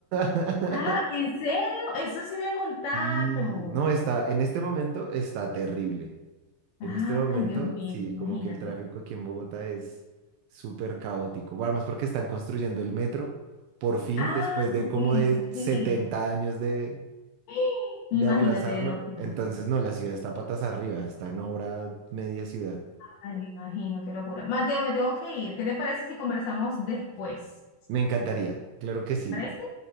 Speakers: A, on the right (about 80°); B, on the left (about 80°).
A: <laughs>
B: Ah, ¿en serio? Eso sí me contaron.
A: Sí, no está, en este momento está terrible. En
B: Ay,
A: este momento,
B: Dios mío,
A: sí,
B: imagínate.
A: como que el tráfico aquí en Bogotá es súper caótico. Bueno, más porque están construyendo el metro, por fin,
B: Ah,
A: después de
B: ok,
A: como de
B: por
A: 70
B: fin.
A: años de,
B: <gasps> Imagínate
A: de aplazarlo.
B: demasiado.
A: Entonces, no, la ciudad está patas arriba, está en obra media ciudad.
B: Ay, me imagino, qué locura. Mateo, me tengo que ir. ¿Qué te parece si conversamos después?
A: Me encantaría, claro que sí,
B: ¿Te parece?